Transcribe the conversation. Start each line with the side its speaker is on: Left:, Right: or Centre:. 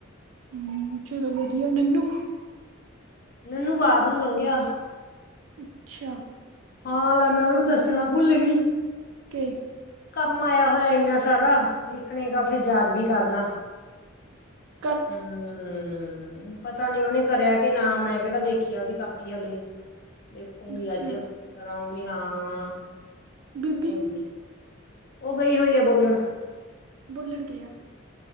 Right: ਹਮ ਚਲੋ, ਵਧੀਆ ਨੰਨੂ?
Left: ਨਨੂੰ, ਬਾਹਰ ਨੂੰ ਲੰਘਿਆ।
Right: ਅੱਛਾ
Left: ਹਾਂ, ਲੈ ਮੈਂ ਉਹਨੂੰ ਦੱਸਣਾ ਭੁੱਲ ਗਈ।
Right: ਕੇ
Left: ਕੰਮ
Right: ਅੱਛਾ
Left: ਆਇਆ ਹੋਇਆ, ਇੰਨਾ ਸਾਰਾ ਲਿਖਣੇ ਗਾ ਫੇਰ ਯਾਦ ਵੀ ਕਰਨਾ।
Right: ਹਮ
Left: ਹਮ, ਪਤਾ ਨੀ ਉਹਨੇ ਕਰਿਆ ਕਿ ਨਾ ਮੈਂ ਕਿਹੜਾ ਦੇਖੀਆ, ਉਹਦੀ ਕਾਪੀ ਹਲੇੇ। ਦੇਖੂੰਗੀ,
Right: ਅੱਛਾ
Left: ਅੱਜ ਕਰਆਉਂਗੀ ਹਾਂ
Right: ਬੀਬੀ
Left: ਹੋਰ ਕੀ ਉਹ ਗਈ ਹੋਈ ਆ, ਬੋਲੜ
Right: ਬੋਲਣਗੇ ਆ।